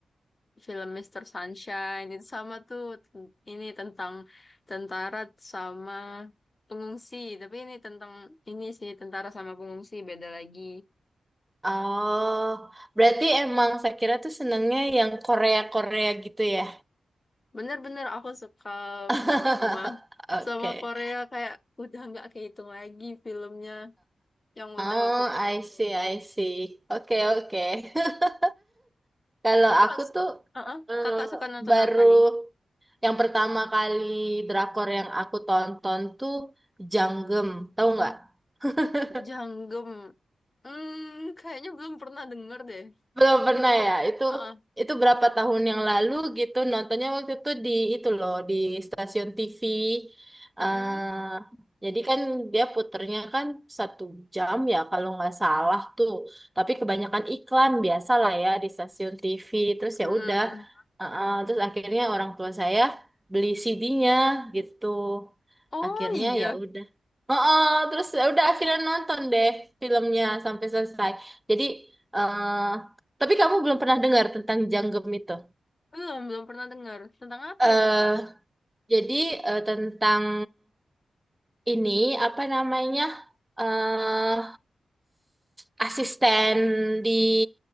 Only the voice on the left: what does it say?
film Mister Sunshine itu sama tuh Ten- ini tentang tentara sama pengungsi tapi ini tentang ini sih tentara sama pengungsi beda lagi
bener-bener aku suka
banget sama
sama Korea kayak udah nggak kehitung lagi filmnya yang
udah aku tonton
Kakak,
su-
uh-uh.
Kakak suka nonton
apa nih?
Janggem. Hmm, kayaknya belum pernah denger deh.
Itu,
uh-uh.
Mm-mm.
mm
Oh
iya,
belum belum pernah dengar. Tentang apa
itu, Kak?